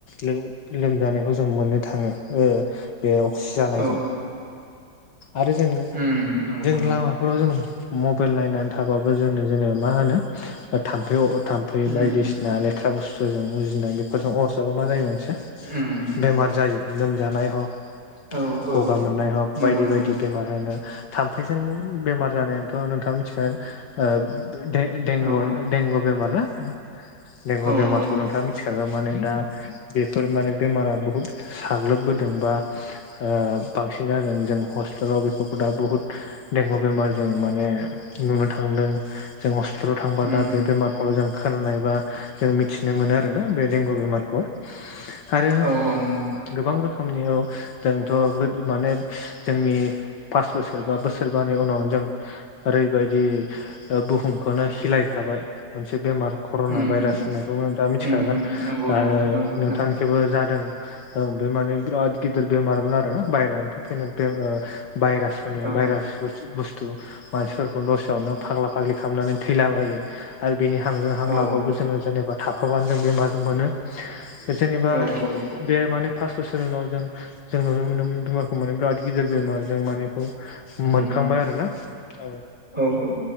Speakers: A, on the left; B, on the right.
A: लोम- लोमजानायखौ जों मोननो थाङो ओ बे अक्सि जानायजों
B: औ
A: आरो जोङो
B: उम नंगौ
A: जों
B: नंगौ
A: लामाफोराव जों मबाइल नायनानै थाबाबो जोंनो जेनेबा मा होनो ओ थाम्फै थाम फ्राय
B: उम
A: बायदिसिना लेथ्रा बुस्थुजों उजिनाय बेफोरजों अरजाबा मा जायो मानसिया
B: उम
A: बेमार जायो लोमजानाय हग
B: औ
A: गगा
B: औ
A: मोननाय हग
B: नंगौ
A: बायदि
B: नंगौ
A: बायदि। बेमार होनो थाम्फैजों बेमार जानायाथ' नोंथाङा मिथिगोन ओ बे देंगु
B: औ
A: देंगु बेमार ना देंगु
B: औ
A: बेमार
B: औ
A: नोंथाङा मिथिखागौ माने दा बेफोर माने बेमारा बुहुद साग्लोबबोदोंबा ओ बांसिन जादों जों हस्टेलाव बेफोरखौ दा बुहुद। देंगु बेमार जों माने नुनो थांदों। जों हस्पितालाव थांबा
B: उम
A: दा बेमारखौल' जों खोनानाय बा जों मि मिथिनो मोनो आरोना बे देंगु बेमारखौहाय आरो
B: औ औ नंगौ
A: गोबां रोखोमनियाव औ जोंथ' माने जोंनि पास बोसोरबा बोसोरबानि उनाव जों ओरैबायदि बुहुमखौनो हिलायखाबाय मोनसे बेमार कर'ना
B: उम
A: भाइरास होननायखौ नोंथाङा मिथिखागोन
B: उम उम नंगौ
A: आरो
B: नंगौ नंगौ खोनादों
A: नोंथांखैबो जादों। औ फबे माने बिराद गिदिर बेमारमोन आरो ना बायह्रा फैनाय बे ओ भाइरास माने
B: औ
A: भाइरास बुस्थु मानसिफोरखौ दसेयावनो फाग्ला फाग्लि खालामनानै थैलाबायो आरो बिनि हांजों हां
B: औ
A: लाबाबो जोङो जेनेबा थाफाबानो जों बेमार मोनो। जेनेबा
B: औ औ
A: बे माने पास बोसोरनि उनाव जों जों नुनो मोनोमोन बेमारखौ माने बिराद गिदिर बेमार जों मानेखौ मोनखांबाय
B: उम
A: आरोना औ
B: औ औ